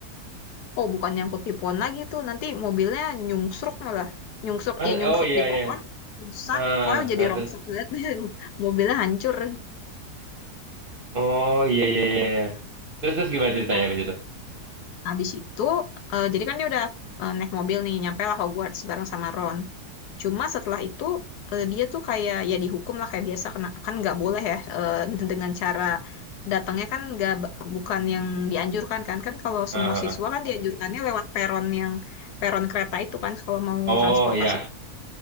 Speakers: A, on the left; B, on the right.
A: Oh bukan nyangkut di pohon lagi tuh nanti mobilnya nyungsruk malah nyungsruk
B: Mas,
A: ya nyungsruk
B: oh iya
A: di pohon
B: iya
A: rusak
B: ah
A: pokoknya jadi
B: ah,
A: rongsok
B: terus
A: banget <laughs> mobilnya hancur.
B: oh iya iya iya iya. terus terus gimana ceritanya
A: Nah
B: abis itu
A: habis itu eh, jadi kan dia udah eh, naik mobil nih nyampe lah Hogwarts bareng sama Ron. Cuma setelah itu eh, dia tuh kayak ya dihukum lah kayak biasa kena kan nggak boleh ya eh, <laughs> dengan cara datangnya kan nggak bukan yang dianjurkan kan kan kalau
B: Ah,
A: semua
B: ah,
A: siswa
B: ah.
A: kan dianjurkannya lewat peron yang peron kereta itu kan kalau mau
B: oh
A: transportasi.
B: iya